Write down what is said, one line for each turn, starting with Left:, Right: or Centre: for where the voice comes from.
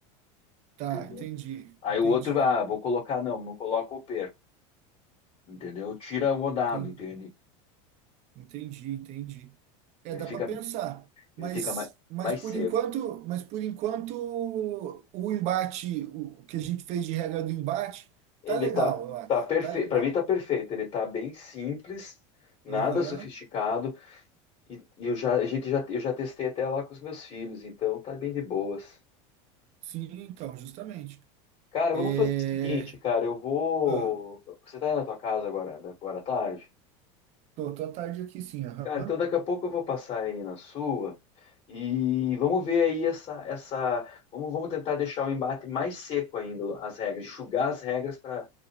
Right: tá,
Left: entendeu?
Right: entendi,
Left: Aí
Right: entendi,
Left: o outro, ah, vou colocar, não, não coloco ou perco, entendeu? Tira o
Right: entendi.
Left: dado, entende?
Right: Entendi, entendi. É,
Left: Ele
Right: dá
Left: fica,
Right: para pensar,
Left: ele
Right: mas
Left: fica mais,
Right: mas
Left: mais
Right: por
Left: seco.
Right: enquanto, mas por enquanto o embate, o que a gente fez de regra do embate,
Left: Ele
Right: tá legal,
Left: tá,
Right: eu acho.
Left: tá perfeito,
Right: Tá legal.
Left: para mim tá perfeito. Ele tá bem simples, nada
Right: Aham.
Left: sofisticado, e, e eu já, a gente já, eu já testei até lá com os meus filhos, então tá bem de boas.
Right: Sim, então, justamente.
Left: Cara,
Right: É,
Left: vamos fazer o seguinte, cara, eu vou.
Right: ah,
Left: Você tá aí na tua casa agora, agora à tarde?
Right: tô, tô à tarde aqui, sim, aham.
Left: Cara, então daqui a pouco eu vou passar aí na sua e vamos ver aí essa, essa, vamos, vamos tentar deixar o embate mais seco ainda, as regras, enxugar as regras para